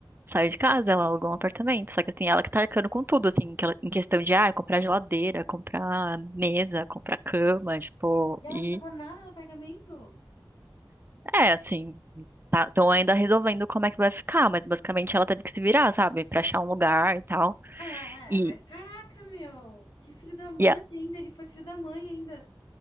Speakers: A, on the right; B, on the left.
A: Saiu de casa, ela alugou um apartamento, só que assim, ela que tá arcando com tudo, assim, que ela- em questão de, ah, comprar geladeira, comprar mesa, comprar cama, tipo,
B: E ela
A: e
B: não pegou nada no apartamento?
A: é, assim, tá, estão ainda resolvendo como é que vai ficar, mas basicamente ela teve que se virar, sabe, pra achar um lugar e tal.
B: Ah,
A: E
B: é, mas caraca, meu. Que filho da mãe
A: e
B: ainda. Ele foi filho da mãe ainda.